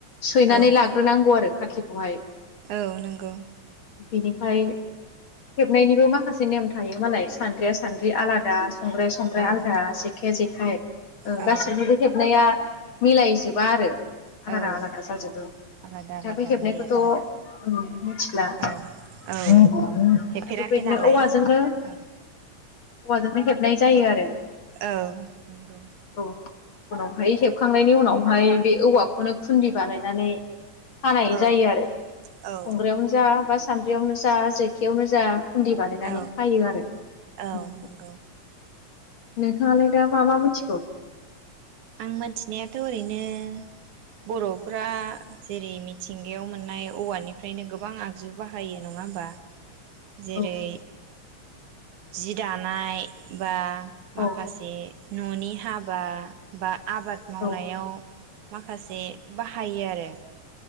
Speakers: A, on the left (about 50°); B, on the right (about 80°).
A: सैनानै
B: औ
A: लाग्रोनांगौ आरो। खाथिखौहाय
B: औ नोंगौ
A: बिनिफाय हेबनायनिबो माखासे नेम थायो मालाय सान्द्रिया सान्द्रि आलादा संग्राया संग्राइ
B: औ
A: आलदा जेखाया जेख हाय ओं
B: औ
A: गासैनिबो हेबनाया मिलायजोब बा आरो।
B: औ
A: आलादा आलादा जाजोबो
B: आलादा आलादा
A: थाफै हेबनायखौथ'
B: जायो आरोना
A: मिथिला दा
B: औ औ हेफेराखै
A: बेबायदिनो
B: नालाय
A: औवाजोंनो
B: औ
A: औवाजोंनो हेबनाय जायो आरो।
B: औ नोंगौ।
A: औ उनावहाय हेबखांनायनि उनाव हाय बे औवाखौनो खुन्दि बानायनानै खानाय
B: औ
A: जायो आरो
B: औ
A: संग्रायावनो जा बा सान्द्रियावनो जा जेखायावनो जा खुन्दि बानायनानै
B: औ
A: खायो आरो
B: औ
A: उम
B: नंगौ
A: नोंथाङालाय दा मा मा मिथिगौ?
B: आं मोनथिनायाथ' ओरैनो बर'फ्रा जेरै मिथिंगायाव मोननाय औवानि फ्रायनो गोबां आगजु बाहायो। नङाहोमबा। जेरै
A: औ
B: जि दानाय बा माखासे
A: औ
B: ननि हाबा बा आबाद मावनायाव।
A: औ
B: माखासे बाहायो आरो।